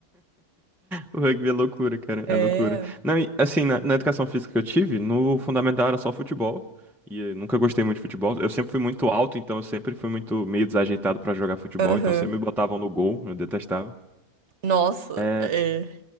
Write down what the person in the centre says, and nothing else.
O rugby é loucura, cara,
é loucura. Não, e, assim, na, na educação física que eu tive, no fundamental era só futebol. E eu nunca gostei muito de futebol. Eu sempre fui muito alto, então eu sempre fui muito meio desajeitado pra jogar futebol,
então sempre me botavam no gol, eu detestava.
É,